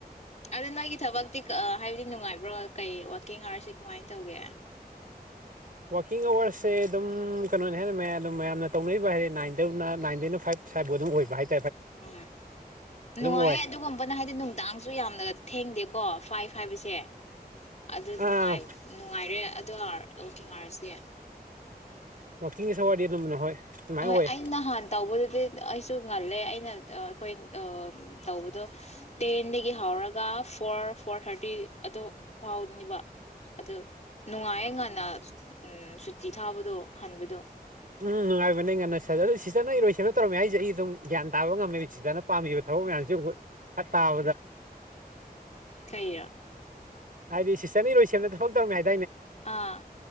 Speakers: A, on the left; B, on the right.
A: ꯑꯗ ꯅꯪꯒꯤ ꯊꯕꯛꯇꯤ ꯍꯥꯏꯕꯗꯤ ꯅꯨꯡꯉꯥꯏꯕ꯭ꯔꯣ ꯀꯩ ꯋꯥꯥꯛꯀꯤꯡ ꯑꯋꯥꯔꯁ ꯀꯃꯥꯏꯅ ꯇꯧꯒꯦ
B: ꯋꯥꯥꯛꯀꯤꯡ ꯑꯋꯥꯔꯁꯦ ꯑꯗꯨꯝ ꯀꯩꯅꯣꯅꯦ ꯍꯥꯏ ꯃ ꯑꯗꯨꯝ ꯃꯌꯥꯝꯅ ꯇꯧꯅꯔꯤꯕ ꯍꯥꯏꯔꯗꯤ ꯅꯥꯏꯟꯗꯅ ꯅꯥꯏꯟꯗꯅ ꯐꯥꯏꯚ ꯁꯕꯨ ꯑꯗꯨꯝ ꯑꯣꯏꯕ ꯍꯥꯏꯦ
A: ꯎꯝ ꯅꯨꯡꯉꯥꯏꯌꯦ
B: ꯑꯣꯏ
A: ꯑꯗꯨꯒꯨꯝꯕꯅ ꯍꯥꯏꯗꯤ ꯅꯨꯡꯗꯥꯡꯁꯨ ꯌꯥꯝꯅꯒ ꯊꯦꯡꯗꯦ ꯀꯣ ꯐꯥꯏꯚ ꯍꯥꯏꯕꯁꯦ ꯑꯗꯨ
B: ꯑꯥ
A: ꯅꯨꯡꯉꯥꯏ ꯅꯨꯡꯉꯥꯏꯔꯦ ꯑꯗꯣ ꯑꯣꯀꯦ ꯉꯥꯔꯁꯦ
B: ꯋꯥꯋꯥꯛꯀꯤꯡꯒꯤ ꯁꯋꯥꯏꯗꯤ ꯑꯗꯨꯝꯅ ꯍꯣꯏ ꯑꯗꯨꯃꯥꯏꯅ
A: ꯍꯣꯏ
B: ꯑꯣꯏ
A: ꯑ ꯅꯍꯥꯟ ꯇꯧꯕꯗꯨꯗꯤ ꯑꯩꯁꯨ ꯉꯜꯂꯦ ꯑꯩꯅ ꯑꯩꯈꯣꯏ ꯇꯧꯕꯗꯣ ꯇꯦꯟꯗꯒꯤ ꯍꯧꯔꯒ ꯐꯣꯔ ꯐꯣꯔ ꯊꯥꯔꯇꯤ ꯑꯗꯨ ꯐꯥꯎꯅꯦꯕ ꯑꯗꯨ ꯅꯨꯡꯉꯥꯏꯌꯦ ꯉꯟꯅ ꯁꯨꯇꯤ ꯊꯥꯕꯗꯣ ꯍꯟꯕꯗꯣ
B: ꯎꯝ ꯅꯨꯡꯉꯥꯏꯕꯅꯦ ꯉꯟꯅ ꯁ ꯑꯗꯨ ꯁꯤꯗꯅ ꯑꯩ ꯏꯔꯣꯏꯁꯤꯕ ꯇꯧꯔꯝꯃꯤ ꯍꯥꯏꯁꯦ ꯑꯩ ꯑꯗꯨꯝ ꯒ꯭ꯌꯥꯟ ꯇꯥꯕ ꯉꯝꯃꯦ ꯁꯤꯗꯅ ꯄꯥꯝꯃꯤꯕ ꯊꯕꯛ ꯃꯌꯥꯝꯁꯦ ꯇꯥꯕꯗ
A: ꯀꯌꯥ
B: ꯍꯥꯏꯗꯤ ꯁꯤꯁꯇꯔꯅꯤꯔꯣꯏ ꯁꯦꯝꯦꯝꯅ ꯊꯕꯛ ꯇꯧꯝꯃꯤ ꯍꯥꯏꯗꯤ
A: ꯑꯥ